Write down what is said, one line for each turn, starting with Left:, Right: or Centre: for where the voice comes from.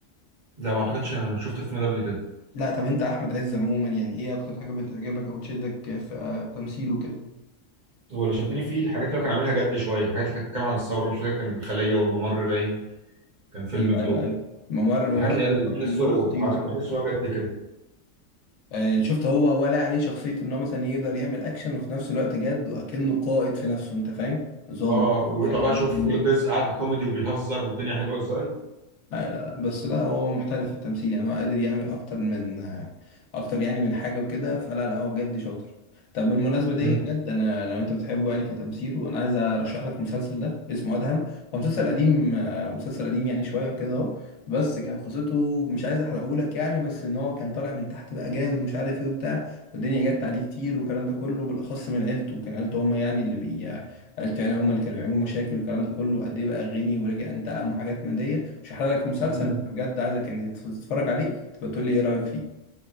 Right: لا ما اعتقدش انا شفت الفيلم ده قبل كده
Left: لا طب أنت أحمد عز عموما يعني إيه أكتر حاجة بتعجبك أو بتشدك في آه، تمثيله كده
Right: هو اللي شدني فيه الحاجات اللي كان عاملها جد شويه الحاجات اللي كانت بتتكلم عن الثوره مش فاكر كان الخليه والممر باين كان فيلم
Left: أيوه
Right: في
Left: أيوه
Right: دور
Left: أيوه ممر ممر
Right: الحاجات اللي
Left: ممر
Right: هي اللي بحسه
Left: ممر خطير
Right: عارف
Left: الصراحة
Right: بحسه هو جد كده
Left: آه، شفت هو ولا عليه شخصية ان هو مثلا يقدر يعمل اكشن وفي نفس الوقت جد وكأنه قائد في نفسه انت فاهم ظابط
Right: اه ويطلع
Left: قائد
Right: بقى
Left: حاجات
Right: شوف
Left: من دي
Right: ولاد رزق قاعد كوميدي وبيهزر والدنيا حلوه ازاي
Left: لا لا لا بس لا هو هو محترف في التمثيل يعني هو قادر يعمل اكتر من اكتر يعني من حاجه وكده فلا لا هو بجد شاطر طب بالمناسبه دي
Right: مم.
Left: بجد انا لو انت بتحبه يعني كتمثيل وانا عايز ارشح لك المسلسل ده اسمه ادهم هو مسلسل قديم آه، مسلسل قديم يعني شويه وكده اهو بس كان قصته مش عايز احرقه لك يعني بس ان هو كان طالع من تحت بقى جامد ومش عارف ايه وبتاع والدنيا جت عليه كتير والكلام ده كله بالاخص من عيلته كان عيلته هم يعني اللي بي قلت يعني هم اللي كانوا بيعملوا مشاكل والكلام ده كله قد ايه بقى غني ورجع انتقم وحاجات من دي مش هحرق لك المسلسل
Right: مم.
Left: بس بجد عايزك يعني تتفرج عليه تبقى تقول لي ايه رايك فيه